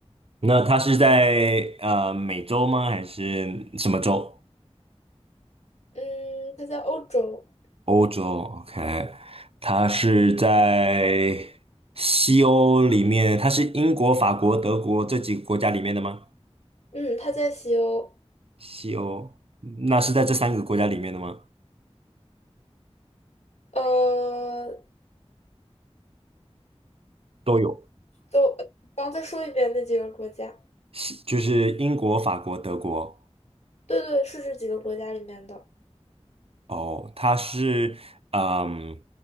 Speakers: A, on the right (about 60°); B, on the left (about 85°).
A: 那它是在呃美洲吗？还是什么洲？
B: 嗯，它在欧洲，
A: 欧洲，OK，它是在西欧里面，它是英国、法国、德国这几个国家里面的吗？
B: 嗯，它在西欧。
A: 西欧，那是在这三个国家里面的吗？
B: 呃，
A: 都有，
B: 都，刚再说一遍那几个国家。
A: 西就是英国、法国、德国。
B: 对对，是这几个国家里面的。
A: 哦，它是嗯，